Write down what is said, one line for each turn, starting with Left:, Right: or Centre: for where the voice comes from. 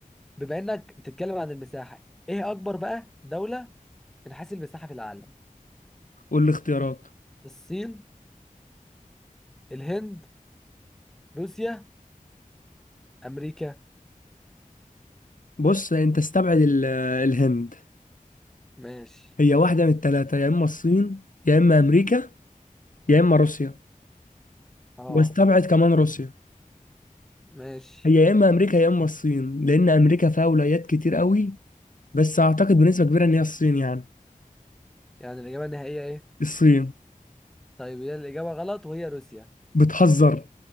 Centre: بما انك بتتكلم عن المساحه ايه اكبر بقى دوله من حيث المساحه في العالم
Left: قول لي اختيارات
Centre: الصين الهند روسيا امريكا
Left: بص انت استبعد ال- الهند
Centre: ماشي
Left: هي واحدة من التلاتة يا اما الصين يا اما امريكا يا اما روسيا
Centre: اه
Left: واستبعد كمان روسيا
Centre: ماشي
Left: هي يا اما امريكا يا اما الصين لان امريكا فيها ولايات كتير قوي بس اعتقد بنسبة كبيرة ان هي الصين يعني
Centre: يعني الاجابه النهائيه ايه
Left: الصين
Centre: طيب هي الاجابه غلط وهي روسيا
Left: بتهزر